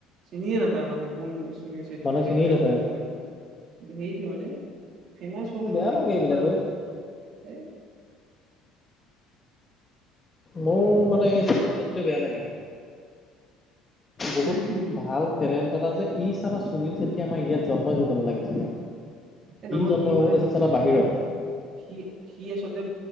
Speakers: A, on the right; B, on the left.
A: চিনিয়ে নাপায় মানুহে কোন চুনিল চেত্ৰী
B: মানুহে
A: বুলি
B: চিনিয়ে
A: ক'লে
B: নাপায়
A: কোন চুনিল হেৰিটোয়ে মানে ফেমাচ হলে
B: বেয়া
A: মানে
B: লাগে
A: কি
B: এইবিলাক
A: তোমাৰ
B: ঐ
A: এ
B: মোৰ মানে এই চুনিল ছেত্ৰী বেয়া লাগে বহুত
A: সেইটোৱে।
B: ভাল টেলেণ্ট এটা যে ই চালা সুনীল চেত্ৰী আমাৰ ইয়াত জন্মই হব নালাগিছিলে।
A: এ নহয়
B: জন্ম
A: সি
B: হ'ব
A: মানে
B: লাগিছিল চালা বাহিৰত
A: সি সি আচলতে